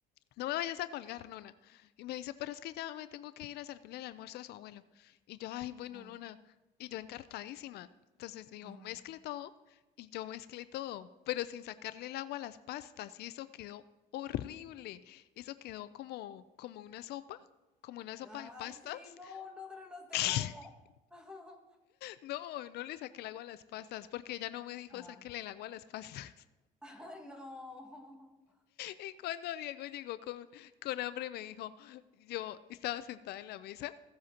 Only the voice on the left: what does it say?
No me vayas a colgar, nona. Y me dice, pero es que ya me tengo que ir a servirle el almuerzo a su abuelo. Y yo, ay, bueno,
nona. Y yo encartadísima. Entonces digo,
mezcle todo. Y yo mezclé todo, pero sin sacarle el agua a las pastas. Y eso quedó horrible. Eso quedó como, como una sopa, como una sopa
de pastas.
<laughs>
No, no le saqué el agua a las pastas porque ella no me dijo,
sáquele
el agua a las pastas.
Y cuando Diego llegó con, con hambre, me dijo, yo estaba sentada en la mesa